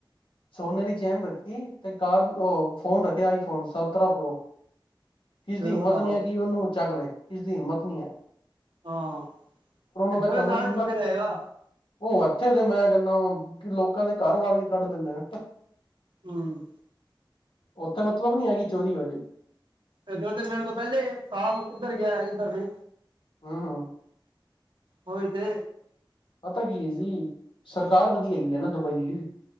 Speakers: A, on the left (about 80°); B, on the right (about 65°).
A: ਸੋਨੇ ਦੀ ਚੇਨ ਰੱਖੀ ਤੇ ਕਾਰ ਔ ਫ਼ੋਨ ਰੱਖਿਆਂ ਆਈਂ ਫ਼ੋਨ ਸਤਰਾ ਪ੍ਰੋ ਕਿਸ
B: ਫਿਰ
A: ਦੀ ਹਿੰਮਤ
B: ਬਤਾਓ
A: ਨੀਂ ਐ ਕਿ ਉਹਨੂੰ ਚੱਕ ਲੇ, ਕਿਸ ਦੀ ਹਿੰਮਤ ਨੀਂ ਐ
B: ਹਾਂ, ਏਦਾ
A: ਦਾ ਕਾਨੂੰਨ
B: ਨਾਲ ਹੀ ਤੁਰ
A: ਨਾ
B: ਕੇ ਜਾਏਗਾ।
A: ਉਹ ਇੱਥੇ ਤੇ ਮੈਂ ਕਹਿੰਨਾਂ ਕਿ ਲੋਕਾਂ ਦੇ ਘਰ ਵੱੜ ਕੇ ਕੱਢ ਲੇਦੇ ਨੇਂ
B: ਹੂੰ।
A: ਉੱਥੇ ਮਤਲਬ ਨੀ ਹੈਗੀ ਚੋਰੀ ਹੋਜ਼ੇ
B: ਏਧਰ ਤੇ ਮਿੰਟ ਤੋਂ ਪਹਿਲੇ ਹੀ ਸਾਬ ਕਿੱਧਰ ਗਿਆ ਕਿੱਧਰ ਨਈ
A: ਹਾਂ- ਹਾਂ।
B: ਓਹੀ ਤੇ।
A: ਪਤਾ ਕੀ ਏ ਜੀ, ਸਰਕਾਰ ਵਧੀਆਂ ਹੈਗੀ ਐਂ ਹੈ ਨਾ ਦੁਬਈ ਦੀ